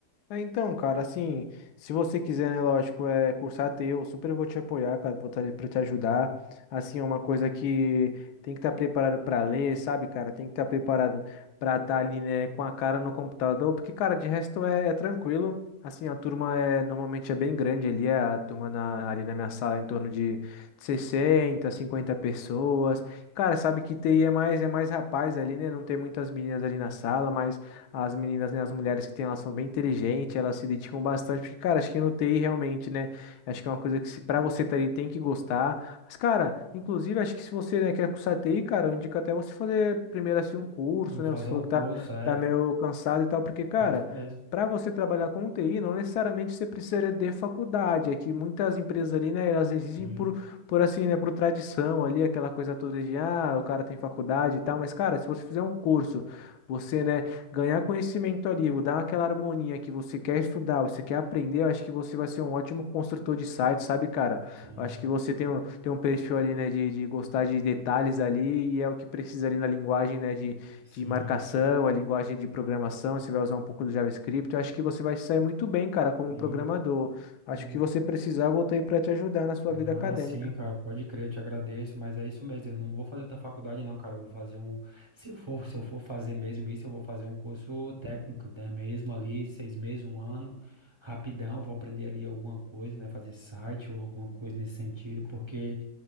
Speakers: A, on the left (about 75°); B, on the right (about 45°).
A: É, então, cara, assim, se você quiser, né, lógico, é cursar teu, super vou te apoiar, cara, vou estar ali pra te ajudar. Assim, é uma coisa que tem que estar preparado pra ler, sabe, cara? Tem que estar preparado pra estar ali, né, com a cara no computador, porque, cara, de resto é, é tranquilo. Assim, a turma é normalmente é bem grande ali, é a turma na- ali na minha sala é em torno de 60 50 pessoas. Cara, sabe que TI é mais é mais rapaz ali, né? Não tem muitas meninas ali na sala, mas as meninas, né, as mulheres que têm, elas são bem inteligentes, elas se dedicam bastante, porque, cara, acho que no TI realmente, né? Acho que é uma coisa que se para você tá ali tem que gostar. Mas, cara, inclusive, acho que se você, né, quer cursar TI, cara, eu indico até você fazer primeiro assim um curso,
B: Eu vou fazer
A: né? Você falou
B: um curso,
A: que tá,
B: é,
A: tá meio cansado e tal, porque, cara,
B: é isso mesmo.
A: para você trabalhar com TI, não necessariamente você precisaria de faculdade. É que muitas empresas ali, né, elas exigem
B: Sim.
A: por, por assim, né, por tradição ali, aquela coisa toda de, ah, o cara tem faculdade e tal, mas, cara, se você fizer um curso, você, né? ganhar conhecimento ali, o dar aquela harmonia que você quer estudar, você quer aprender, eu acho que você vai ser um ótimo construtor de site, sabe, cara?
B: Sim.
A: Eu acho que você tem um, tem um perfil ali, né, de, de gostar de detalhes ali, e é o que precisa ali na linguagem, né, de,
B: Sim,
A: de marcação, a linguagem de programação, você vai usar um pouco do JavaScript, eu acho que você vai se sair muito bem, cara, como
B: sim,
A: um programador. Acho
B: sim.
A: que você precisar, eu voltei para te ajudar na sua vida
B: Ah,
A: acadêmica.
B: sim, cara, pode crer, eu te agradeço, mas é isso mesmo, eu não vou fazer da faculdade não, cara, eu vou fazer um, se eu for, se eu for fazer mesmo isso, eu vou fazer um curso técnico, né, mesmo ali, seis meses, um ano, rapidão, vou aprender ali alguma coisa, né, fazer site ou alguma coisa nesse sentido, porque